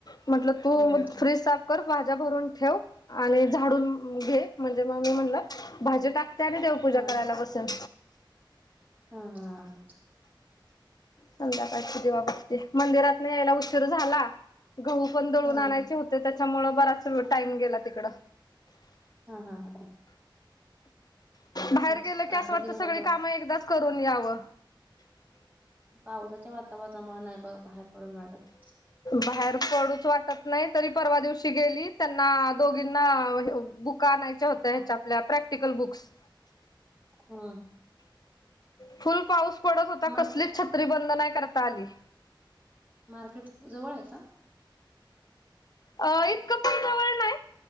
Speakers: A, on the left (about 50°); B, on the right (about 20°).
A: म्हटल तू
B: हा
A: फ्रीज साफ कर, भाज्या भरून ठेव आणि झाडून घे, म्हणजे मग मी म्हणलं भाजी टाकते आणि देवपूजा
B: हा
A: करायला बसेल.
B: हां हां.
A: संध्याकाळची दिवा-बत्ती मंदिरातन यायला उशीर झाला. गहू पण दळून
B: हा हा
A: आणायचे होते. त्याच्यामुळे बराच टाईम गेला तिकडं.
B: हा हा हां.
A: बाहेर
B: आज-
A: गेलं की
B: आजचा
A: अस वाटतं,
B: दिवस
A: सगळी
B: असाच
A: कामं एकदाच करून यावं.
B: पावसाच्या वातावरणामुळे नाही बघ बाहेर पडू वाटतं.
A: बाहेर पडूच वाटत नाही. तरी परवा दिवशी गेली त्यांना दोघींना वह्या बुका आणायच्या होत्या, ह्याच्या आपल्या प्रॅक्टिकल बुक्स.
B: हां.
A: फुल पाऊस पडत होता,
B: मार्केट
A: कसलीच छत्री बंद नाही करता आली.
B: मार्केट जवळ आहे का.
A: अं इतकं पण जवळ नाही,